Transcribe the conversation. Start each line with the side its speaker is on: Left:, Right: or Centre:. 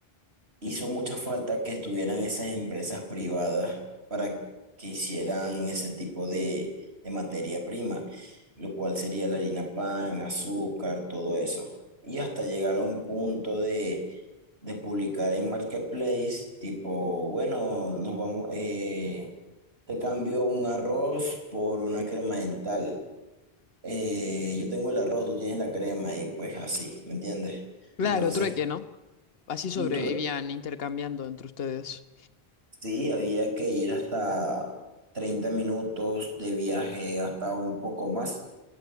Right: Hizo mucha falta que estuvieran esas empresas privadas para que hicieran ese tipo de, de materia prima, lo cual sería la harina pan, azúcar, todo eso. Y hasta llegar a un punto de, de publicar en Marketplace, tipo, bueno, nos vamos, eh, te cambio un arroz por una crema dental. Eh, yo tengo el arroz, tú tienes la crema y pues así, ¿me entiendes?
Left: Claro,
Right: Entonces,
Left: trueque, ¿no? Así sobrevivían
Right: un trueque.
Left: intercambiando entre ustedes.
Right: Sí, había que ir hasta 30 minutos de viaje, hasta un poco más,